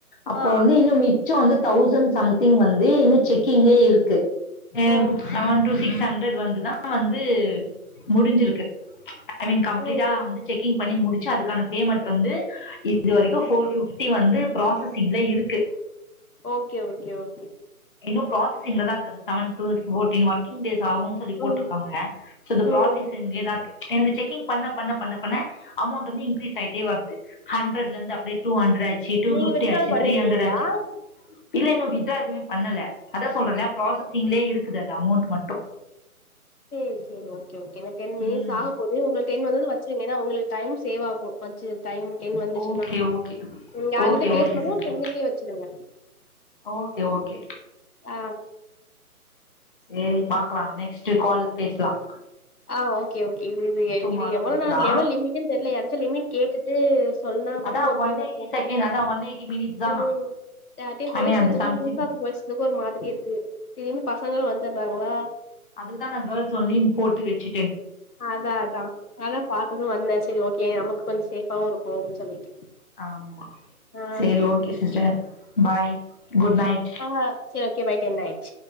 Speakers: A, on the left; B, on the left.
A: அப்போ
B: ஆ
A: வந்து இன் மிச்சொ வந்து தௌசண்ட் சம்திங் வந்து இன்னும் செக்கிங்லே இருக்கு எ
B: ஓ
A: செவன் டூ சிக்ஸ் ஹண்ட்ரட் குளு வந்துதா வந்து முடிஞ்சிருக்கு ஐ மீன் கம்ப்ளீட்டா
B: ம்
A: வந்து செக்கிங் பண்ணி முடிச்சு அதுக்கான பேமெண்ட் வந்து இது வரைக்கும் ஃபோர் ஃபிஃப்டி வந்து ப்ராசசிங்ல இருக்கு
B: ஓகே ஓகே ஓகே
A: ப்ப ப்ராசஸிங்லதா இருக்கது seven to forty working days ஆகுனு சொல்லி போட்டிருக்காங்க
B: ம்
A: சோ இந்த
B: ம்
A: ப்ராசகஸ்ஸிங்லேதா இருக்கு எனக்கு செக்கிங் பண்ண பண்ண பண்ண பண்ண அமௌண்ட் வந்து இன்க்ரீஸ் ஆயிட் டி வர்து ஹண்ட்ரட்லந்து அப்டியே டூ ஹண்ட்ரட் ஆச்சு டூ
B: நீங்க
A: பீஃப்டி
B: வித்ட்ரால்
A: ஆச்சு
B: பண்ணிருக்கீங்களா
A: திரி ஹண்ட்ரட் ஆச்சு இல்ல இன்னு வீ த அது வித் பண்ணல அதா சொல்றனே ப்ராசஸ் ஸிங்ளே இருக்குது அது அமோண்ட் மட்டு
B: சேரி சேரி ஓகே ஓகே இந்த டென் மினிட்ஸ்
A: ம்
B: ஆக போது உங்களுக் டென் வந்ததூ வச்சிருங்க ஏன்னா உங்களுக்கு டைம் சேவ் ஆகு கொஞ்ச டைம் டென் வந்துச்சுன்னா
A: ஓகே ஓகே
B: நீங்க யார்கிட்டயும்
A: ஓகே
B: பேசணும்
A: ஓகே சிஸ்டர்
B: டென்னுக்கே வச்சுடுங்க
A: ஓகே ஓகே
B: ஆ
A: செரி பாக்கலாம் நெக்ஸ்ட் கால் பேசலாம்
B: ஆ ஓகே ஓகே இது
A: டுமாரோ
B: இது எவ்வள
A: பேசலா
B: நான் எவளோ லிமிட் தெரியல யாச்சும் லி்மிட் கேட்டுட்டு சொன்னா கூட
A: அதா
B: ஓகேவா
A: ஒன் எயிட்டி
B: இருக்கும்
A: செகண்ட் அதா ஒன் எயிட்டி மினிட்ஸ் தானா
B: ம் யாரையும்
A: ஐ
B: பேசுறதுக்கும்
A: மீன் அந்த சம்திங்
B: புதுசா பேசறதுக்கும் ஒரு மாதிரி இருக்கு திடீர்னு பசங்களும் வந்துறாங்களா
A: அதுக்குதான் நான கேள்ஸ் ஒன்லி போட்டு வச்சு
B: அத அதா அத பாத்ததும் வந்தேன் சரி ஓகே நமக்கு கொஞ்ச சேஃபாவும் இருக்கும்அப்டீனு சொல்லிட்டு
A: ஆம்மா
B: ஆ
A: செரி okay sister bye good night
B: ஆஹ் சேரி ஓகே பை குட் நைட்